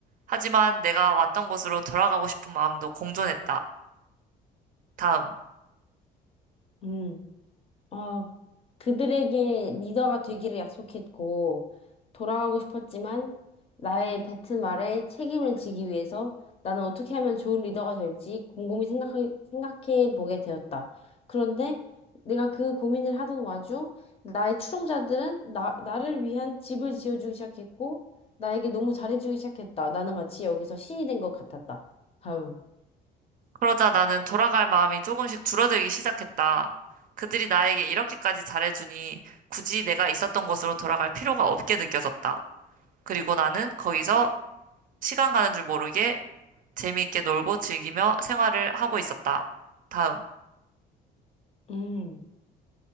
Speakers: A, on the right (about 55°); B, on the left (about 35°).
A: 하지만 내가 왔던 곳으로 돌아가고 싶은 마음도 공존했다. 다음.
B: 음. 아, 그들에게 리더가 되기를 약속했고, 돌아가고 싶었지만, 나의 뱉은 말에 책임을 지기 위해서 나는 어떻게 하면 좋은 리더가 될지 곰곰이 생각 생각해 보게 되었다. 그런데 내가 그 고민을 하던 와중, 나의 추종자들은 나, 나를 위한 집을 지어주기 시작했고, 나에게 너무 잘해주기 시작했다. 나는 마치 여기서 신이 된 것 같았다. 다음.
A: 그러자 나는 돌아갈 마음이 조금씩 줄어들기 시작했다. 그들이 나에게 이렇게까지 잘해주니 굳이 내가 있었던 곳으로 돌아갈 필요가 없게 느껴졌다. 그리고 나는 거기서 시간 가는 줄 모르게 재미있게 놀고 즐기며 생활을 하고 있었다. 다음.
B: 음.